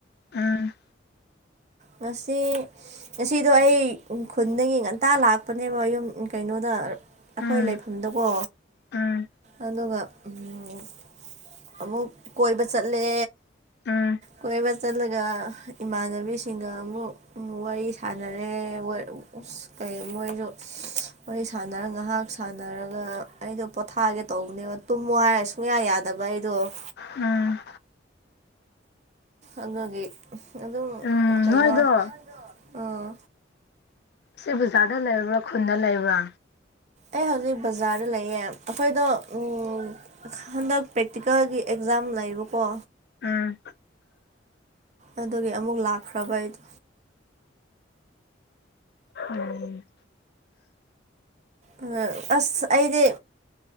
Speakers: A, on the left (about 55°); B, on the right (about 35°).
A: ꯎꯝ
B: ꯉꯁꯤ ꯉꯁꯤꯗꯣ ꯑꯩ ꯈꯨꯟꯗꯒꯤ ꯉꯟꯇꯥ ꯂꯥꯛꯄꯅꯦꯕ ꯌꯨꯝ ꯎꯝ ꯀꯩꯅꯣꯗ ꯑꯩꯈꯣꯏ
A: ꯎꯝ
B: ꯂꯩꯐꯝꯗꯀꯣ
A: ꯎꯝ
B: ꯑꯗꯨꯒ ꯎꯝ ꯑꯃꯨꯛ ꯀꯣꯏꯕ ꯆꯠꯂꯦ
A: ꯎꯝ
B: ꯀꯣꯏꯕ ꯆꯠꯂꯒ ꯏꯃꯥꯟꯅꯕꯤ ꯁꯤꯡꯒ ꯑꯃꯨꯛ ꯎꯝ ꯋꯥꯔꯤ ꯁꯥꯟꯅꯔꯦ ꯃꯣꯏ ꯑꯁ ꯀꯩ ꯃꯣꯏꯗꯣ ꯏꯁ ꯋꯥꯔꯤ ꯁꯥꯟꯅꯔꯒ ꯉꯥꯏꯍꯥꯛ ꯁꯥꯟꯅꯔꯒ ꯑꯩꯗꯣ ꯄꯣꯊꯥꯒꯦ ꯇꯧꯕꯅꯦꯕ ꯇꯨꯝꯃꯣ ꯍꯥꯏꯔ ꯁꯨꯡꯌꯥ ꯌꯥꯗꯕ ꯑꯩ ꯑꯗꯣ
A: ꯎꯝ
B: ꯑꯗꯨꯒꯤ ꯑꯗꯨꯝ
A: ꯎꯝ
B: ꯀꯩꯅꯣ
A: ꯅꯣꯏꯗꯣ
B: ꯎꯝ
A: ꯏꯆꯦ ꯕꯖꯥꯔꯗ ꯂꯩꯕ꯭ꯔ ꯈꯨꯟꯗ ꯂꯩꯕ꯭ꯔ
B: ꯑꯩ ꯍꯧꯖꯤꯛ ꯕꯖꯥꯔꯗ ꯂꯩꯌꯦ ꯑꯩꯈꯣꯏꯗꯣ ꯎꯝ ꯍꯟꯗꯛ ꯄꯔꯦꯛꯇꯤꯀꯦꯜ ꯒꯤ ꯑꯦꯛꯖꯥꯝ ꯂꯩꯕꯀꯣ
A: ꯎꯝ
B: ꯑꯗꯨꯒꯤ ꯑꯃꯨꯛ ꯂꯥꯛꯈ꯭ꯔꯕ ꯑꯩꯗꯤ
A: ꯎꯝ
B: ꯑꯗ ꯑꯁ ꯑꯩꯗꯤ